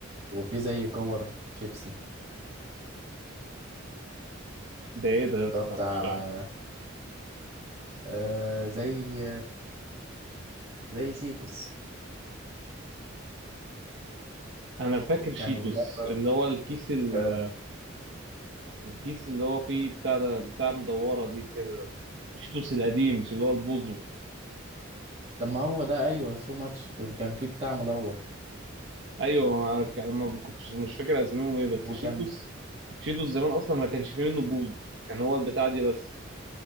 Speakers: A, on the right; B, on the right.
A: وفي زي كور شيبسي
B: ده ايه ده يا
A: اللي
B: اسطى
A: هو بتاع
B: مش عارف
A: آه زي زي شيتوس
B: انا فاكر شيتوس
A: كان جرب
B: اللي هو الكيس ال...
A: آه،
B: الكيس اللي هو فيه بتاع ده بتاع مدوره دي كده شيتوس القديم مش اللي هو البوزو
A: طب ما هو ده ايوه سو ماتش اللي كان فيه بتاع مدور
B: ايوه انا ك- ما ما كنتش مش فاكر اساميهم ايه بس
A: وكان
B: شيتوس شيتوس زمان اصلا ما كانش فيه منه بوز كان هو البتاع دي بس